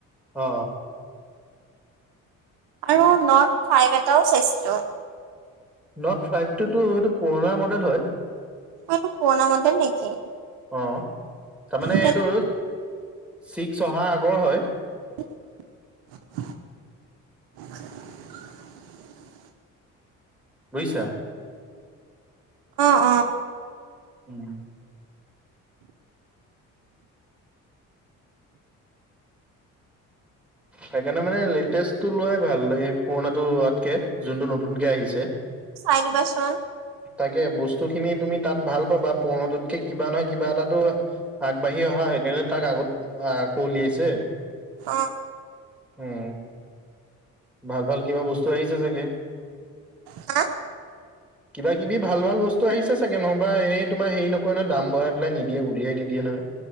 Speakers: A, in the centre; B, on the right.
A: অ।
B: আৰু নট ফাইভ এটাও চাইছিলোঁ।
A: নট ফাইভ টোতো সেইটো পুৰণা মডেল হয়।
B: অ সেইটো পুৰণা মডেল নেকি?
A: অ তাৰমানে
B: তে-
A: এইটো ছিক্স অহা আগৰ হয়।
B: <inaudible>
A: বুইছা?
B: অ - অ
A: উম। সেইকাৰণে মানে লেটেষ্টটো লোৱাই ভাল, সেই পুৰণাটো লোৱাতকে যোনটো নতুনকে আহিছে।
B: চাই দিবা চোন।
A: তাকে বস্তু খিনি তুমি তাত ভাল পাবা, পৰ্ণাটোতকে কিবা নহয় কিবা এটাতো আগবাঢ়ি অহা সেইকাৰণে তাক আগত আকৌ উলিয়াইছে।
B: অ।
A: উম। ভাল ভাল কিবা বস্তু আহিছে চাগে।
B: হা
A: কিবা কিবি ভাল ভাল বস্তু আহিছে চাগে, নহবা এনেই তোমাৰ হেৰি নকয় নহয় দাম বঢ়াই পেলাই নি দিয়ে উলিয়াই নিদিয়ে নহয়,